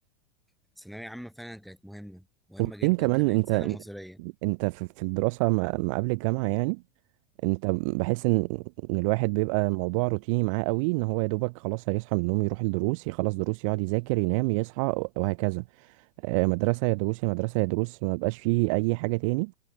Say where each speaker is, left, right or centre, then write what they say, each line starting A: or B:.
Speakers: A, in the centre; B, on the right (about 50°).
A: فالثانوية عامة فعلا كانت مهمة مهمة
B: وبعدين
A: جدا
B: كمان
A: كمان
B: انت
A: سنة مصرية
B: انت في في الدراسة ما ما قبل الجامعة يعني انت بحس ان ان الواحد بيبقى الموضوع روتيني معاه قوي ان هو يا دوبك خلاص هيصحى من النوم يروح الدروس يخلص دروس يقعد يذاكر ينام يصحى وهكذا آه، مدرسة يا دروس يا مدرسة يا دروس ما بقاش فيه اي حاجة تاني